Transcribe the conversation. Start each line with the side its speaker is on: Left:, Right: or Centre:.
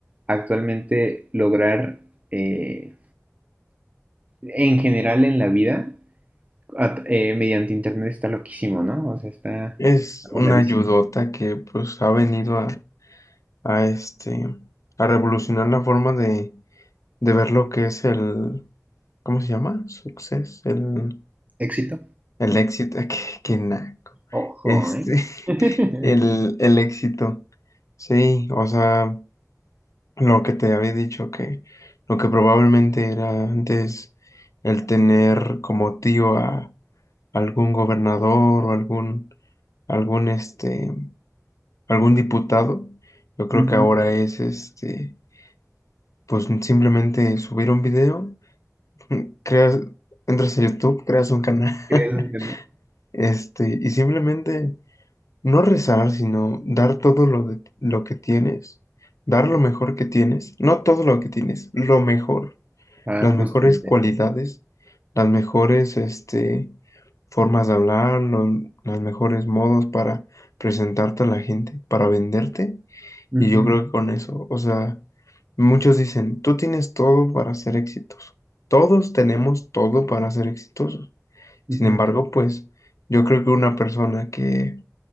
Right: actualmente lograr eh, en general en la vida, a- eh, mediante internet está loquísimo, ¿no? O sea, está,
Left: Es
Right: está
Left: una
Right: voladísimo.
Left: ayudota que pues ha venido a, a este, a revolucionar la forma de, de ver lo que es el, ¿cómo se llama? Success, el...
Right: Éxito.
Left: El éxito, <laughs> qué, qué naco.
Right: Ojo,
Left: Este,
Right: ¿eh? <laughs>
Left: <laughs> el, el éxito. Sí, o sea, lo que te había dicho que lo que probablemente era antes el tener como tío a algún gobernador o algún, algún este, algún diputado, yo creo
Right: Ujú.
Left: que ahora es este, pues simplemente subir un video, <laughs> creas, entras a YouTube, creas un canal,
Right: ¿Crees entender?
Left: <laughs> este, y simplemente No rezar, sino dar todo lo, de- lo que tienes, dar lo mejor que tienes, no todo lo que tienes, lo mejor,
Right: Ah,
Left: las mejores
Right: justamente.
Left: cualidades,
Right: sí.
Left: las mejores este, formas de hablar, lo- los mejores modos para presentarte a la gente, para venderte.
Right: Ujú,
Left: Y yo creo que con eso, o sea, muchos dicen, tú tienes todo para ser exitoso. Todos tenemos todo para ser exitosos. Sin
Right: ujú,
Left: embargo, pues yo creo que una persona que,